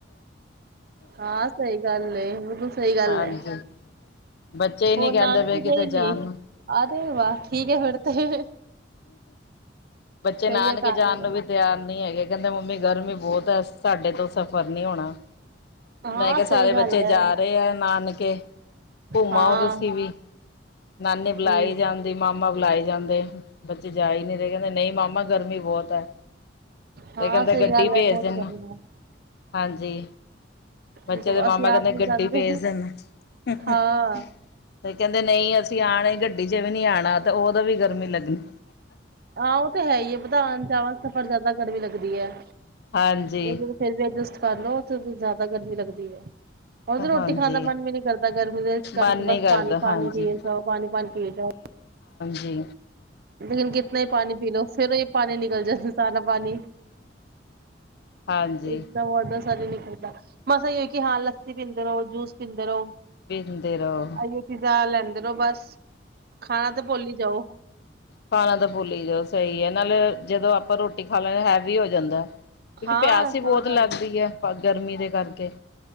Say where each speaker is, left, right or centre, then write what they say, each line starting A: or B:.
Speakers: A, on the right (about 55°); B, on the left (about 60°).
A: ਹਾਂ ਸਹੀ ਗੱਲ ਏ, ਬਿਲਕੁਲ ਸਹੀ ਗੱਲ
B: ਹਾਂਜੀ
A: ਏ,
B: ਬੱਚੇ ਹੀ ਨਹੀਂ
A: ਹੋਰ
B: ਕਹਿੰਦੇ
A: ਨਾਨਕੇ
B: ਪਏ ਕਿਤੇ
A: ਗਈ
B: ਜਾਣ
A: ਨੀ,
B: ਨੂੰ
A: ਆ ਰ ਵਾਹ ਠੀਕ ਹੈ ਫਿਰ ਤੇ
B: ਬੱਚੇ
A: ਸਹੀ
B: ਨਾਨਕੇ
A: ਹੈ ਘਰ
B: ਜਾਣ
A: ਹੀ
B: ਨੂੰ
A: ਹੈ।
B: ਵੀ, ਤਿਆਰ ਨਹੀਂ। ਹੈਗੇ, ਕਹਿੰਦੇ ਮੰਮੀ ਗਰਮੀ ਬਹੁਤ ਹੈ, ਸਾਡੇ ਤੋਂ ਸਫ਼ਰ ਨੀ ਹੋਣਾ।
A: ਹਾਂ
B: ਮੈਂ ਕਿਹਾ,
A: ਸਹੀ
B: ਸਾਰੇ
A: ਗੱਲ
B: ਬੱਚੇ
A: ਹੈ
B: ਜਾ ਰਹੇ ਹੈ ਨਾ ਨ ਛੇ ਘੁੰਮ
A: ਹਾਂ
B: ਆਓ ਤੁਸੀਂ ਵੀ, ਨਾਨੀ ਬੁਲਾਈ
A: ਹੂੰ
B: ਜਾਂਦੀ, ਮਾਮਾ ਬੁਲਾਈ ਜਾਂਦੇ ਬੱਚੇ ਜਾਈ ਨੀ ਰਏ, ਕਹਿੰਦੇ ਨਹੀਂ ਮਾਮਾ ਗਰਮੀ ਬਹੁਤ ਹੈ,
A: ਹਾਂ
B: ਤੇ ਕਹਿੰਦੇ
A: ਸਹੀ
B: ਗੱਡੀ
A: ਗੱਲ
B: ਭੇਜ
A: ਹੈ ਬਹੁਤ
B: ਦਿਨਾਂ,
A: ਗਰਮੀ
B: ਹਾਂਜੀ ਬੱਚੇ
A: ਹੈ
B: ਦੇ
A: ਅਸੀਂ
B: ਮਾਮਾ
A: ਆਪ
B: ਕਹਿੰਦੇ
A: ਨੀ
B: ਗੱਡੀ
A: ਜਾਂਦੇ
B: ਭੇਜ ਦਿਨਾਂ, ਤੇ
A: ਹਾਂ
B: ਕਹਿੰਦੇ ਨਹੀਂ ਅਸੀਂ ਆਣਾ ਗੱਡੀ ਜੇ ਵੀ ਨੀ ਆਉਣਾ ਤਾਂ ਉਹਦੋਂ ਵੀ ਗਰਮੀ ਲੱਗਣੀ
A: ਆਹ ਤੇ ਹੈ ਹੀ ਐ, ਵਧਾਉਣ ਜਾਵਾਂ ਸਫ਼ਰ, ਜ਼ਿਆਦਾ ਗਰਮੀ ਲੱਗਦੀ ਐ।
B: ਹਾਂਜੀ।
A: ਉਹ ਫਿਰ ਵੀ, ਅਡਜਸਟ ਕਰ ਲੋ, ਉੱਥੇ ਤੇ ਜ਼ਿਆਦਾ ਗਰਮੀ ਲੱਗਦੀ ਐ। ਉਹ ਤੇ ਰੋਟੀ
B: ਹਾਂਜੀ
A: ਖਾਣ ਦਾ ਮਨ ਵੀ ਨਹੀਂ ਕਰਦਾ, ਗਰਮੀ ਦੇ ਕਰਕੇ,
B: ਮਨ ਨੀ
A: ਬਸ
B: ਕਰਦਾ
A: ਪਾਣੀ ਪਾਣੀ
B: ਹਾਂਜੀ
A: ਪੀ ਜਾਓ, ਪਾਣੀ ਪਾਣੀ ਪੀ ਜਾਓ।
B: ਜੀ।
A: ਲੇਕਨ ਕਿਤਨਾ ਹੀ ਪਾਨੀ ਪੀ ਲਓ, ਫਿਰ ਵੀ ਪਾਨੀ ਨਿਕਲ ਜਾਂਦਾ, ਸਾਰਾ ਪਾਨੀ
B: ਹਾਂਜੀ
A: ਇਤਨਾ ਬ ਦ ਮ ਨਿਕਲਦਾ ਮਸਾ ਇਹ ਹੋ ਕਿ, ਹਾਂ ਲੱਸੀ ਪੀਂਦੇ ਰਹੋ, ਜੂਸ ਪੀਂਦੇ ਰਹੋ।
B: ਪੀਂਦੇ ਰਹੋ
A: ਆਈਟੀ <inaudible> ਤਾਂ ਲੈਂਦੇ ਰਹੋ ਬਸ, ਖਾਣਾ ਤਾਂ ਭੁੱਲ ਹੀ ਜਾਓ।
B: ਪਾਣਾ ਤਾਂ ਭੁੱਲ ਜਓ, ਸਹੀ ਹੈ ਨਾਲੇ ਜਦੋਂ ਆਪਾਂ ਰੋਟੀ ਖਾ ਲੈਦੇ ਹੈਵੀ ਹੋ ਜਾਂਦਾ ਕਿਉਂਕਿ,
A: ਹਾਂ
B: ਪਿਆਸ
A: ਸਹੀ
B: ਹੀ ਬਹੁਤ
A: ਗੱਲ
B: ਲੱਗਦੀ ਹੈ ਗਰਮੀ ਦੇ ਕਰਕੇ।